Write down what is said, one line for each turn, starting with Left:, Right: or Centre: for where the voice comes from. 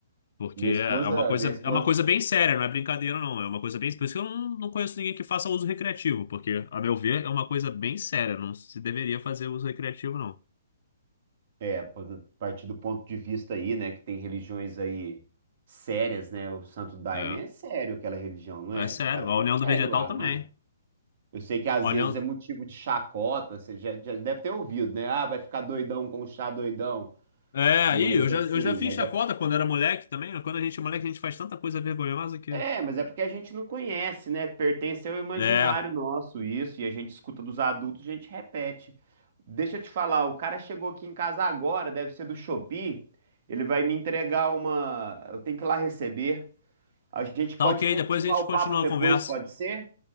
Left: Porque
Right: Minha
Left: é
Right: esposa,
Left: é uma coisa,
Right: minha esposa,
Left: é uma coisa bem séria, não é brincadeira, não. É uma coisa bem. Por isso que eu não, não conheço ninguém que faça uso recreativo, porque, a meu ver, é uma coisa bem séria. Não se deveria fazer uso recreativo, não.
Right: É, pô, a partir do ponto de vista aí, né, que tem religiões aí sérias, né? O Santo Daime
Left: É.
Right: é sério aquela religião, não
Left: É
Right: é?
Left: sério.
Right: Os caras
Left: A
Right: são
Left: união do
Right: sérios
Left: vegetal
Right: lá,
Left: também.
Right: não é? Eu sei que às
Left: A
Right: vezes
Left: união,
Right: é motivo de chacota, você já, já deve ter ouvido, né? Ah, vai ficar doidão com o chá doidão.
Left: É, aí,
Right: Mas
Left: eu já,
Right: assim,
Left: eu já fiz
Right: mas
Left: chacota
Right: é
Left: quando era moleque também. Quando a gente é moleque, a gente faz tanta coisa vergonhosa que.
Right: É, mas é porque a gente não conhece, né? Pertence ao imaginário
Left: É,
Right: nosso isso, e a gente escuta dos adultos, a gente repete. Deixa eu te falar, o cara chegou aqui em casa agora, deve ser do Shopee, ele vai me entregar uma. Eu tenho que ir lá receber. A gente
Left: tá
Right: pode
Left: ok,
Right: continuar
Left: depois a gente
Right: o
Left: continua
Right: papo depois,
Left: a conversa.
Right: pode ser?